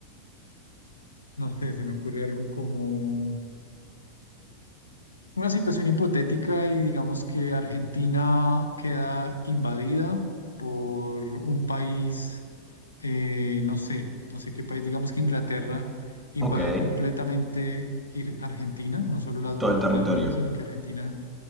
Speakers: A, on the left; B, in the centre.
A: no sé, se me ocurre algo como... una situación hipotética y digamos que Argentina queda invadida por un país, eh, no sé, no sé qué país, digamos que Inglaterra invade
B: Ok.
A: completamente Ir- Argentina, no solo las
B: Todo
A: Val-
B: el territorio.
A: Malvinas, sino que Argentina,